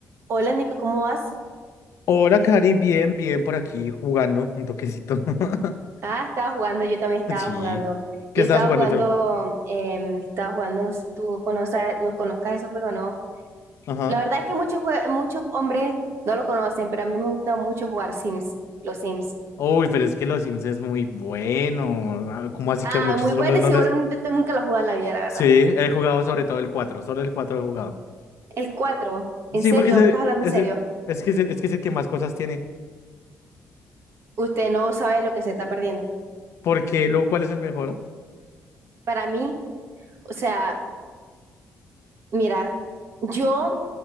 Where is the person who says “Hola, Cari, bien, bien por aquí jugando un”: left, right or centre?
Left